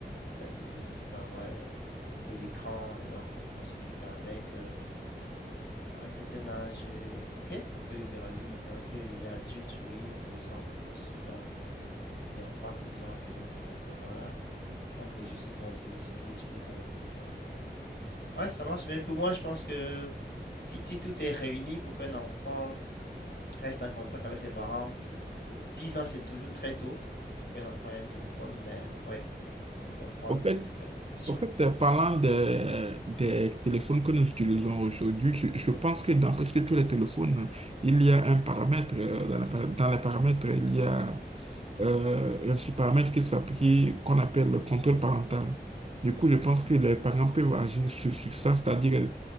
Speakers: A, on the left; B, on the right.
A: C'est-à-dire, il peut avoir euh, des écrans et on contrôle ce qu'il fait avec, euh, mais ah, À un certain âge, euh, ok, on peut libéraliser maintenant. S'il est déjà adulte, oui, adolescent, à 18 ans, il est en fac déjà, ok, on sait qu'à ce moment-là, on peut juste contrôler ce qu'il utilise dans le téléphone. Ouais, ça marche, mais pour moi, je pense que si, si tout est réuni pour qu'un enfant reste en contact avec ses parents, 10 ans, c'est toujours très tôt pour qu'un enfant ait un téléphone, mais ouais, on peut comprendre
B: Au fait,
A: qu'il y a des cas d'exception.
B: au fait, euh, parlant des, des téléphones que nous utilisons aujourd'hui, je, je pense que dans presque tous les téléphones, il y a un paramètre. euh, Dans la dans les paramètres, il y a euh, il y a ce paramètre qui s'applique, qu'on appelle le contrôle parental. Du coup, je pense que les parents peuvent agir sur, sur ça, c'est-à-dire